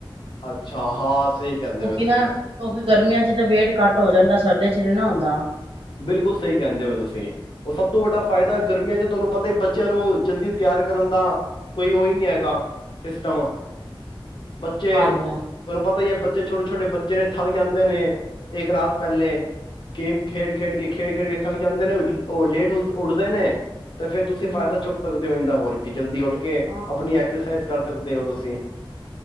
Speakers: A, on the left; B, on the right.
A: ਅੱਛਾ ਹਾਂ ਸਹੀ ਕਹਿੰਦੇ ਵ ਸਹੀ
B: ਨਾ
A: ਕਹਿੰਦੇ
B: ਕਿਉਂਕਿ ਗਰਮੀਆਂ ਚ ਵੇਟ ਘੱਟ ਹੋ ਜਾਂਦਾ ਸਰਦੀਆਂ ਚ ਨੀ ਨਾ ਹੁੰਦਾ।
A: ਬਿਲਕੁਲ ਸਹੀ ਕਹਿੰਦੇ ਹੋ ਤੁਸੀਂ ਉਹ ਸਭ ਤੋਂ ਵੱਡਾ ਫ਼ਾਇਦਾ ਗਰਮੀਆਂ ਚ' ਤੁਹਾਨੂੰ ਪਤਾ ਬੱਚਿਆਂ ਨੂੰ ਜਲਦੀ ਤਿਆਰ ਕਰਨ ਦਾ ਕੋਈ ਉਹ ਹੀ ਨਹੀਂ ਹੈਗਾ ਸਿਸਟਮ ਬੱਚੇ
B: ਹਾਂਜੀ।
A: ਤੁਹਾਨੂੰ ਪਤਾ ਹੀ ਹੈ ਬ ਬੱਚੇ ਛੋਟੇ ਛੋਟੇ ਬੱਚੇ ਨੇ ਥੱਕ ਜਾਂਦੇ ਨੇ ਇੱਕ ਰਾਤ ਪਹਿਲੇ ਖੇਡ ਖੇਡ ਕੇ ਖੇਡ ਖੇਡ ਕੇ ਥੱਕ ਜਾਂਦੇ ਨੇ ਉਹ ਲੇਟ ਉੱਠਦੇ ਨੇ ਤੇ ਫੇਰ ਤੁਸੀਂ ਫਾਇਦਾ
B: ਹੂੰ,
A: ਚੁੱਕ ਸਕਦੇ ਹੋ ਦਾ ਹੋਰ ਕੀ ਜਲਦੀ ਉੱਠ ਕੇ
B: ਹਾਂ
A: ਆਪਣੀ ਐਕਸਰਸਾਈਜ਼ ਕਰ ਸਕਦੇ ਹੋ ਤੁਸੀਂ